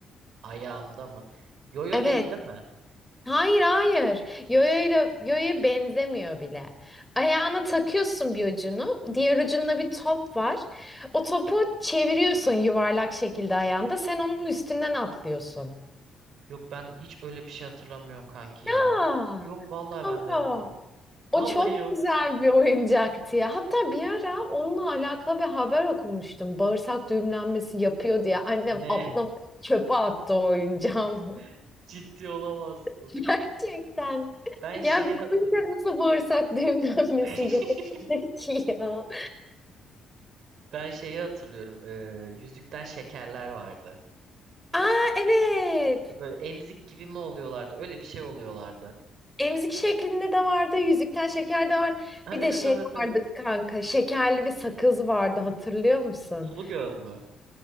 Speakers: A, on the right; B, in the centre.
A: Ayağımda mı? Yoyo
B: Evet.
A: değil değil mi?
B: Hayır hayır. Yoyoyla yoyoya benzemiyor bile. Ayağına takıyorsun bir ucunu. Diğer ucunda bir top var. O topu çeviriyorsun yuvarlak şekilde ayağında. Sen onun üstünden atlıyorsun.
A: Yok ben hiç öyle bir şey hatırlamıyorum kanki
B: Aa,
A: ya. Yok vallahi
B: kanka.
A: bende yok o. <laughs>
B: O
A: Vallahi
B: çok
A: yok.
B: güzel bir oyuncaktı ya. Hatta bir ara onunla alakalı bir haber okumuştum. Bağırsak düğümlenmesi yapıyor diye. Annem
A: Ne?
B: atlamış çöpe attı o oyuncağı. <laughs>
A: <laughs> Ciddi olamazsın.
B: Gerçekten.
A: Ben şeyi
B: Ya
A: hatırlıyorum.
B: bu yüzden nasıl bağırsak düğümlenmesi
A: <laughs>
B: yapabilir ki ya?
A: Ben şeyi hatırlıyorum. Ee, yüzükten şekerler vardı.
B: Aa evet.
A: Böyle emzik gibi mi oluyorlardı? Öyle bir şey oluyorlardı.
B: Emzik şeklinde de vardı. Yüzükten şeker de vardı.
A: Ha,
B: Bir
A: evet
B: de şey
A: evet evet.
B: vardı kanka. Şekerli bir sakız vardı hatırlıyor musun?
A: Sulu göz mü?